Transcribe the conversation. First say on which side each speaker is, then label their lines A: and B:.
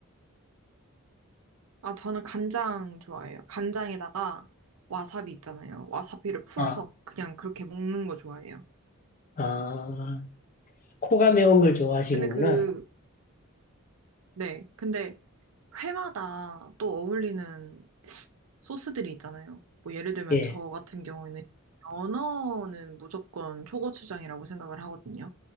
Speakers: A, on the right; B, on the left.
A: 아, 저는 간장 좋아해요. 간장에다가 와사비 있잖아요. 와사비를 풀어서
B: 아,
A: 그냥 그렇게 먹는 거 좋아해요.
B: 아, 코가 매운 걸 좋아하시는구나.
A: 근데 그, 네. 근데 회마다 또 어울리는 소스들이 있잖아요. 뭐 예를 들면
B: 예.
A: 저 같은 경우에는 연어는 무조건 초고추장이라고 생각을 하거든요.